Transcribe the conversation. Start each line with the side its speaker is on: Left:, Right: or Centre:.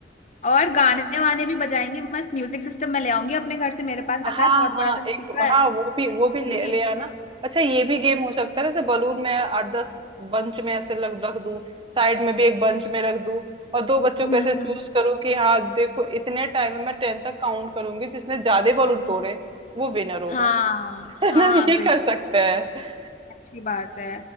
Left: और गाने वाने भी बजाएंगे मस्त म्यूजिक सिस्टम मैं ले आऊंगी अपने घर से मेरे पास
Right: हाँ
Left: रखा है बहुत बड़ा
Right: हाँ
Left: सा स्पीकर
Right: एक हाँ वो भी
Left: मैं
Right: वो
Left: ले
Right: भी
Left: आऊंगी
Right: ले ले आना अच्छा ये भी गेम हो सकता है जैसे बलून में आठ दस बंच में ऐसे लग रख दूं साइड में भी एक बंच में रख दूं और दो बच्चों
Left: हम्म
Right: को ऐसे चूज
Left: हम्म।
Right: करूं कि हाँ देखो इतने टाइम में मैं टेन तक काउंट करूंगी जिसने ज्यादा बलून तोड़े वो विनर होगा
Left: हाँ
Right: <laughs> है
Left: हाँ
Right: ना ये कर सकते हैं
Left: अच्छी बात है